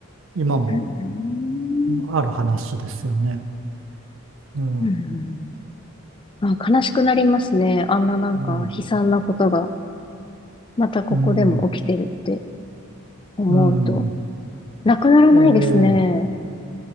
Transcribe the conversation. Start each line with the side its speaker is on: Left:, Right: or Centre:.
Right: 今も
Left: うん
Right: ある話ですよね。うん
Left: うんあ、悲しくなりますね。あんななんか悲惨なことが、
Right: うん、
Left: またここでも起きてるって
Right: うん、
Left: 思うと。
Right: うん
Left: なくならないですね。
Right: ええ、